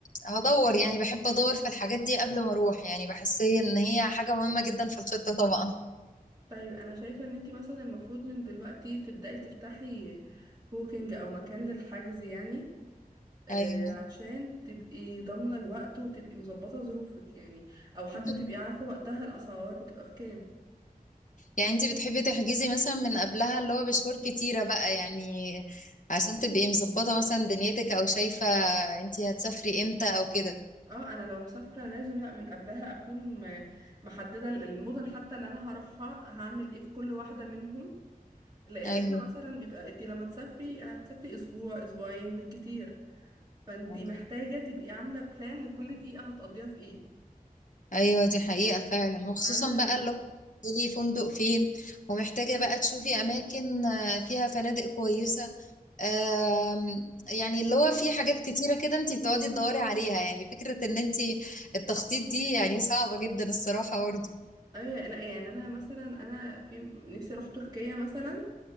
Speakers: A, on the left; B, on the right.
A: هدور يعني بحب ادور في الحاجات دي قبل ما اروح يعني بحس ان هي حاجة مهمة جدا في الخطة طبعا
B: طيب انا شايفة ان انت مثلا المفروض من دلوقتي تبدأي تفتحي بوكينج او مكان للحجز يعني آه،
A: ايوه
B: عشان تبقي ضامنة الوقت وتبقي مظبطة ظروفك يعني او حتى
A: مم.
B: تبقي عارفة وقتها الاسعار بتبقى في كام
A: يعني انت بتحبي تحجزي مثلا من قبلها اللي هو بشهور كتيرة بقى يعني عشان تبقي مظبطة مثلا دنيتك او شايفة انت هتسافري امتى او كده
B: اه انا لو مسافرة لازم لا من قبلها اكون م- محددة المدن حتى اللي انا هروحها هعمل ايه في كل واحدة منهم لان
A: ايوه
B: احنا مثلا بيبقى انت لما تسافري هتسافري اسبوع اسبوعين بالكتير فانت
A: ايوه
B: محتاجه تبقي عامله بلان لكل دقيقه هتقضيها في ايه
A: ايوه دي حقيقة فعلا وخصوصا
B: انا ال-
A: بقى اللي هو بتنزلي فندق فين ومحتاجة بقى تشوفي اماكن آه، فيها فنادق كويسة آم، يعني اللي هو في حاجات كتيرة كده انت بتقعدي تدوري عليها يعني فكرة ان انت التخطيط دي يعني صعبة جدا الصراحة برضه
B: اي لا يعني انا مثلا انا في نفسي اروح تركيا مثلا